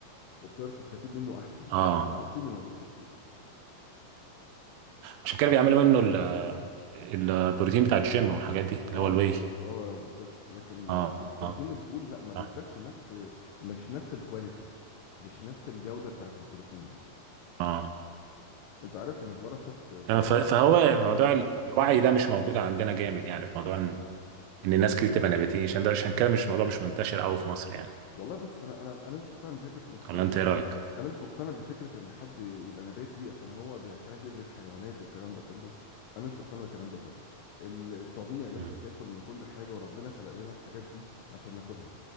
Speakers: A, on the left; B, on the right.
A: وبتقدر تستفيد منه احسن
B: اه
A: احسن من البروتين اللي موجود في الفول
B: عشان كده بيعملوا منه ال- البروتين بتاع الجيم والحاجات دي اللي
A: اه
B: هو الواي
A: بالظبط اه بالظبط لكن
B: اه
A: لكن بروتين
B: اه
A: الفول لا ما بيدكش
B: اه
A: نفس مش نفس الكواليتي مش نفس الجوده بتاعت البروتين
B: آه.
A: انت عارف ان في مره شفت بنات
B: تمام ف- فهو موضوع الوعي ده مش موجود عندنا جامد يعني في موضوع ان إن الناس كتير تبقى نباتيين عشان ده عشان كده مش الموضوع مش منتشر قوي في مصر يعني
A: والله بص انا انا انا مش مقتنع بفكره مش
B: ولا
A: م- انا
B: انت ايه رايك؟
A: أنا مش مقتنع بفكره ان حد يبقى نباتي عشان هو مش عايز يأذي الحيوانات والكلام ده كله انا مش مقتنع بالكلام ده كله ال- الطبيعي ان
B: مم.
A: انت تاكل من كل حاجه وربنا خلق لنا الحاجات دي عشان ناكلها